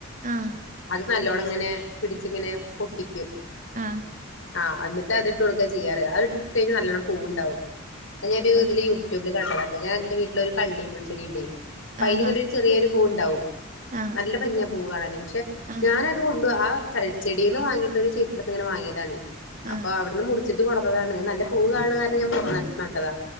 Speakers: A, on the right; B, on the left.
A: ആഹ്
B: അത് നല്ലോണം ഇങ്ങനെ പിടിച്ച ഇങ്ങനെ പൊട്ടിക്കും.
A: ആഹ്
B: ആഹ് എന്നിട്ട് അതിട്ട് കൊടുക്കാ ചെയ്യാറ് അത് ഇട്ട് കഴിഞ്ഞ നല്ലോണ്ണം പൂവുണ്ടാവും. ഞാൻ ഒരു
A: അതെ
B: ഇതില് യൂട്യബ് കണ്ടതല്ലേ ഞാൻ എന്റെ വീട്ടിലൊരു ഒരു കള്ളിമുള്ള്. ചെടിയില്ലേ
A: ആഹ്
B: <unintelligible> ഒരു ചെറിയൊരു. ഉണ്ടാവും
A: ആഹ്
B: നല്ല ഭംഗിയാ പൂവഴക്ക് പക്ഷെ
A: ആഹ്
B: ഞാനതുകൊ ആ ച ചെടിനെ വാങ്ങിട്ട് ഒരു ചേച്ചിടെയടുത്ത് ഇങ്ങനെ വങ്ങിയതാണ്.
A: ആഹ്
B: അപ്പൊ അവിടുന്ന് കുറ വെച്ചിട്ട് കൊണ്ടുന്നതാണ് നല്ല പൂവാണ് ഞാൻ കുറേ നടുത്.